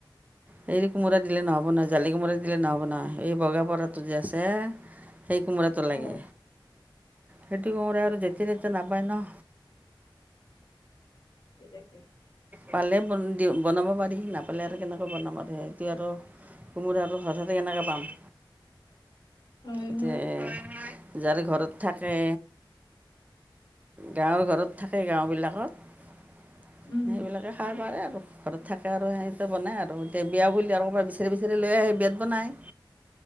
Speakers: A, on the right; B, on the left.
A: হেৰি কোমোৰা দিলে নহ'ব না জালি কোমোৰা দিলে নহব না এই বগা পত- আছে সেই কোমোৰাটো লাগে।
B: অ
A: সেইটো কোমোৰা আৰু যেতিয়া তেতিয়া নাপায় ন
B: তাকে <unintelligible>
A: পালে বন দি বনাব পাৰি নাপালে আৰু কেনেকে বনাবা দে সেইটো আৰু কোমোৰাটো হঠাতে কেনেকে পাম
B: হয়
A: এতিয়া
B: হয়
A: এ যাৰে ঘৰত থাকে গাঁৱৰ ঘৰত থাকে গাঁওবিলাকত
B: উম
A: সেইবিলাকে খাই পাৰে আৰু ঘৰত থাকে আৰু সিহততে বনাই আৰু এতিয়া বিয়া বুলি আৰু ক'ৰবা বিচাৰি বিচাৰি লৈ আহে বিয়াত বনায়